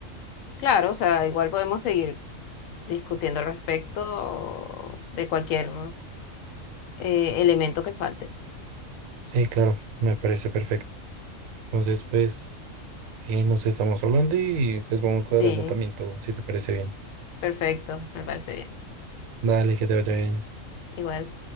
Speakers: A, on the left; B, on the right.
A: claro, o sea, igual podemos seguir discutiendo al respecto de cualquier eh, elemento que falte.
B: Sí, claro, me parece perfecto. Entonces pues eh, nos estamos hablando y pues vamos cuadrando
A: Sí,
B: también todo, si te parece bien.
A: perfecto, me parece bien.
B: Dale, que te vaya bien.
A: Igual.